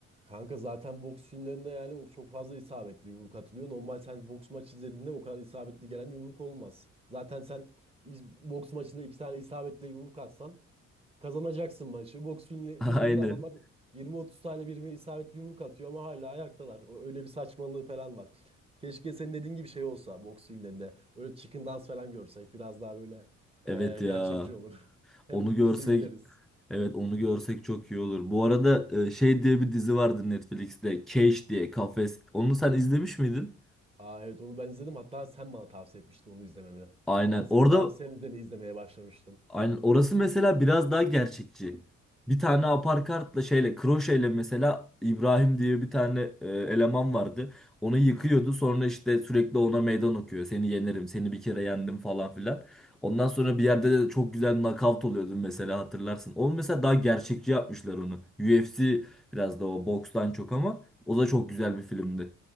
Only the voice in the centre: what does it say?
Aynen.
Evet ya.
Onu görsek
evet onu görsek çok iyi olur. Bu arada e, şey diye bir dizi vardı Netflix'te. Cage diye Kafes. Onu sen izlemiş miydin?
Aynen.
Orada
Aynen orası mesela biraz daha gerçekçi. Bir tane aparkartla şeyle kroşeyle mesela İbrahim diye bir tane e, eleman vardı. Onu yıkıyordu sonra işte sürekli ona meydan okuyor. Seni yenerim seni bir kere yendim falan filan. Ondan sonra bir yerde de çok güzel knockout oluyordun mesela hatırlarsın. Onu mesela daha gerçekçi yapmışlar onu. UFC biraz da o bokstan çok ama o da çok güzel bir filmdi.